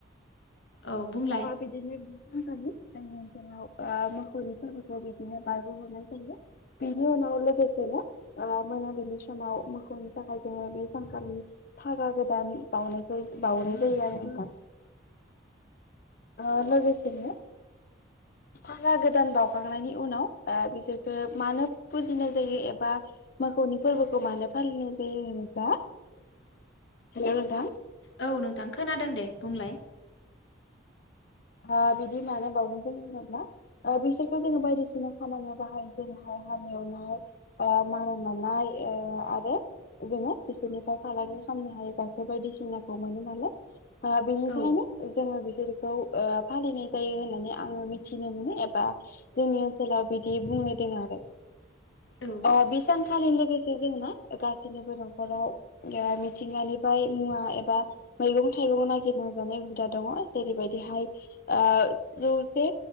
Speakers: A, on the left; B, on the left.
A: औ बुंलाय।
B: बिदिनो बि ओनसोलाव ओ मोखौनि फोरबोखौ जों बिदिनो बारबो हरनाय जायो। बिनि उनाव लोगोसेनो ओ मोनाबिलि समाव मोसौनि थाखाय जोङो बे सानखालि फागा गोदान बावउनायखौ बावउनाय जायो आरो नोंथा ओ लोगोसेनो फागा गोदान बावउखांनायनि उनाव बिसोरखो मानो फुजिनाय जायो एबा मोखौनि फोरबोखौ मानो फालिनाय जायो होनोब्ला
A: <inaudible>
B: हेल' नोंथां
A: औ नोंथां खोनादों दे बुंलाय।
B: ओ बिदि मानो बावनाय जायो होनोब्ला। बिसोरखौ जोङो बायदिसिना खामानियाव बाहायो जेरैहाय हाल एवनाय ओ मारान दाननाय ओ आरोे जोङो बिसोरनिफ्राय फालांगि खालामनो हायो गाइखेर बायदिसिनाखौ मोनो नालाय बिनिखायनो
A: औ
B: जोङो बि सोरखौ ओ फालिनाय जायो होननानै आङो मिथिनो मोनो एबा जोंनि ओनसोलाव बिदि फोरमायदों आरो
A: औ
B: अ बिसान सालि लोगोसे जोंना गासिनिबो न'खराव मिथिंगानिफ्राय मुवा एबा मैगं थाइगं नागिरना जानाय हुदा दङ जेरैबायदिहाय ओ जौसे